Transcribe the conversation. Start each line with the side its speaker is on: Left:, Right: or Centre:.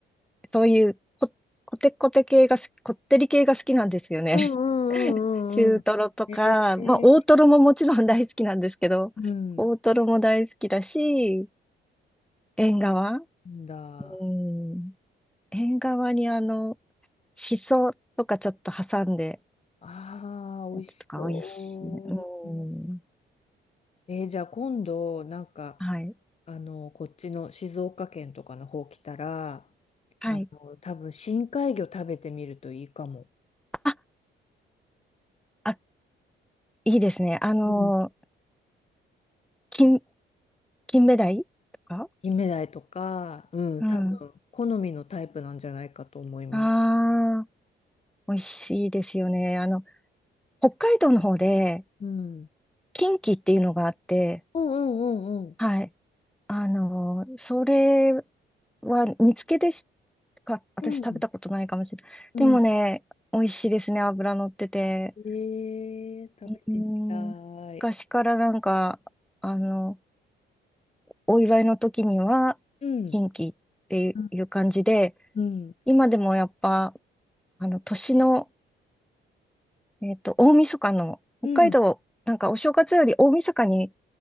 Centre: そういうこ、こてこて系が好き、こってり系が好きなんですよね。
Left: うんうんうんうんう
Centre: <laughs> 中トロとか、
Left: ん。へ
Centre: まあ大トロももちろん大好きなんですけど、
Left: えうん、
Centre: 大トロも大好きだし、縁側。
Left: なんだ。
Centre: うん。縁側にあの、しそとかちょっと挟んで、
Left: ああ、美味しそう。
Centre: やつとか美味しい。うん。
Left: えーじゃあ今度、なんか、
Centre: はい。
Left: あの、こっちの静岡県とかの方来たら、
Centre: はい。
Left: あの、多分深海魚食べてみるといいかも。
Centre: あ、あ、いいですね。あの、
Left: うん。
Centre: 金、金目鯛とか
Left: キンメダイとか、うん、
Centre: うん。
Left: 多分好みのタイプなんじゃないかと思います。
Centre: ああ、美味しいですよね。あの、北海道の方で、
Left: うん。
Centre: 近畿っていうのがあって、
Left: うんうんうんうん。
Centre: はい。あの、それは煮付けでしか、私食べたことないかもしれない。
Left: うん。うん。
Centre: でもね、美味しいですね。脂乗ってて。
Left: えー、食べてみたい。
Centre: うん。昔からなんか、あの、お祝いの時には、
Left: うん。
Centre: 近畿っていう感じで、
Left: うん。うん。
Centre: 今でもやっぱ、あの、年の、えっと、大晦日の、北海道、
Left: うん。
Centre: なんかお正月より大晦日に、